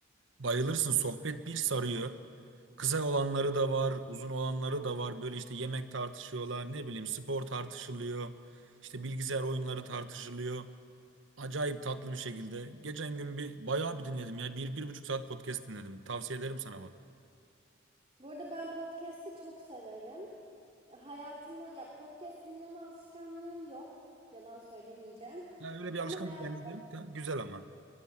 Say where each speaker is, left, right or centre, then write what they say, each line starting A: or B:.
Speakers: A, on the right; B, on the right.
A: Bayılırsın sohbet bir sarıyor. Kısa olanları da var, uzun olanları da var. Böyle işte yemek tartışıyorlar, ne bileyim spor tartışılıyor. İşte bilgisayar oyunları tartışılıyor. Acayip tatlı bir şekilde. Geçen gün bir bayağı bir dinledim ya. Bir, bir buçuk saat podcast dinledim. Tavsiye ederim sana bak.
B: Bu arada ben podcast'i çok severim. Hayatımı ya podcast dinleme alışkanlığım yok. Yalan söylemeyeceğim.
A: Ya öyle bir
B: Ama
A: alışkanlık
B: hayatım
A: bende de yok da. Güzel ama.